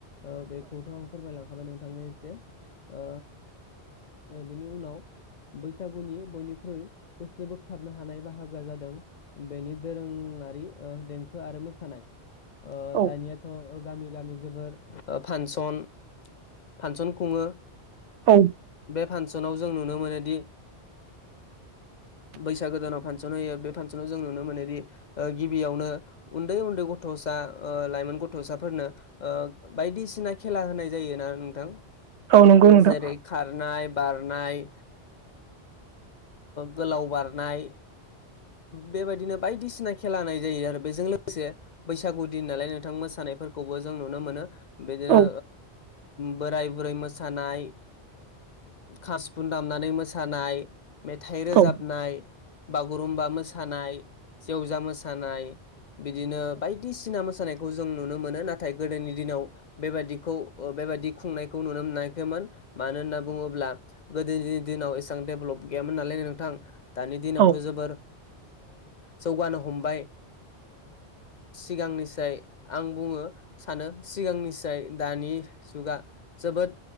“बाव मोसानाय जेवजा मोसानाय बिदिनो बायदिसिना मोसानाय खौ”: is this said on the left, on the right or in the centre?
Left